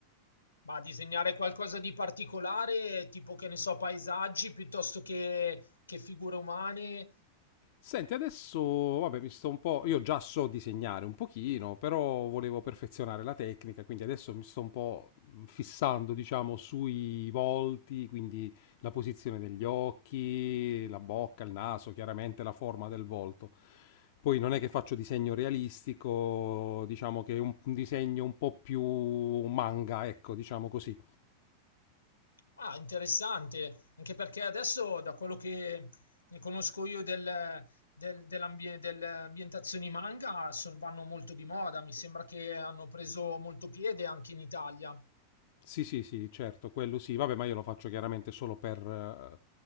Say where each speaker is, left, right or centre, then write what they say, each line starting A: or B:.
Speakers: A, on the left; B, on the left.
A: Ma disegnare qualcosa di particolare, tipo che ne so, paesaggi piuttosto che, che figure umane.
B: Senti, adesso, vabbè, mi sto un po'... Io già so disegnare un pochino, però volevo perfezionare la tecnica, quindi adesso mi sto un po' fissando, diciamo, sui volti, quindi la posizione degli occhi, la bocca, il naso, chiaramente la forma del volto. Poi non è che faccio disegno realistico, diciamo che è un, un disegno un po' più manga, ecco, diciamo così.
A: Ah, interessante. Anche perché adesso, da quello che ne conosco io del, del- dell'ambie- delle ambientazioni manga, son- vanno molto di moda. Mi sembra che hanno preso molto piede anche in Italia.
B: Sì, sì, sì, certo, quello sì. Vabbè, ma io lo faccio chiaramente solo per eh,